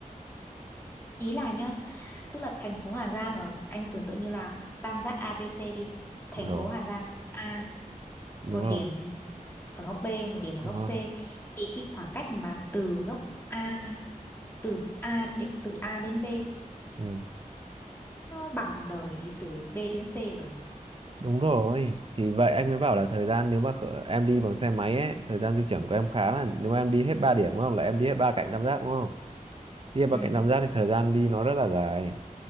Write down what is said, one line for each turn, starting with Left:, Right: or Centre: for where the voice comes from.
Left: Ý là nhá, tức là thành phố Hà Giang ở anh tưởng tượng như là tam giác ABC đi. Thành
Right: đúng rồi
Left: phố Hà Giang A,
Right: đúng
Left: một điểm
Right: rồi
Left: ở góc B, một điểm
Right: đúng
Left: ở góc C.
Right: rồi
Left: Thì cái khoảng cách mà từ góc A từ A đến từ A đến B
Right: ừ.
Left: nó bằng đời từ B đến C rồi.
Right: đúng rồi thì vậy anh mới bảo là thời gian nếu mà khở- em đi bằng xe máy ấy thời gian di chuyển của em khá là nếu mà em đi hết ba điểm đúng không là em đi hết ba cạnh tam giác đúng không đi hết ba
Left: Ừ.
Right: cạnh tam giác thì thời gian đi nó rất là dài